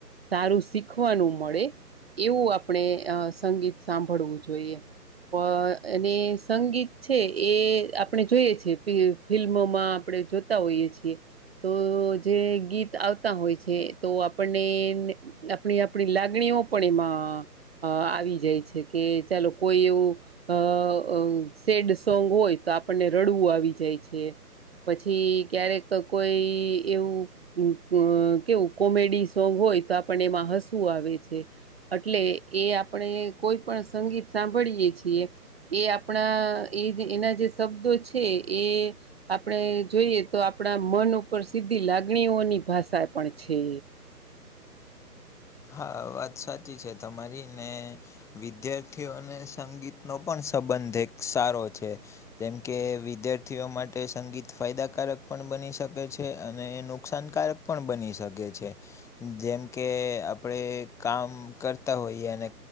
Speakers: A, on the right; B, in the centre.
A: સારું શીખવાનું મળે એવું આપણે સંગીત સાંભળવું જોઈએ પણ એને સંગીત છે એ આપણે જોઈએ છે પ ફિલ્મોમાં આપણે જોતા હોઈએ છીએ તો. જે ગીત આવતા હોય છે તો આપણને. આપણી આપણી લાગણીઓ પણ એમાં આવી જાય છે કે ચાલો કોઈ એવું. અ સેડ સોંગ હોય તો આપણને રડવું આવી જાય છે. પછી ક્યારેક કોઈ. એવું કેવું કોમેડી સોંગ હોય તો આપણ એમાં હસવું આવે છે. એટલે એ આપણે કોઈ પણ સંગીત સાંભળીયે છીએ. એ આપણા એ એના જે શબ્દો છે એ. આપણે જોઈએ તો આપણા મન ઉપર સીધી લાગણીઓની ભાષા પણ છે.
B: હા વાત સાચી છે તમારી ને. વિદ્યાર્થીઓને સંગીતનોો પણ સંબંધ એક સારો છે. જેમ કે વિદ્યાર્થીઓ માટે સંગીત ફાયદાકારક પણ બની શકે છે અને નુકસાનકારક. પણ બની શકે છે જેમકે. આપણે કામ કરતા હોઈએ અને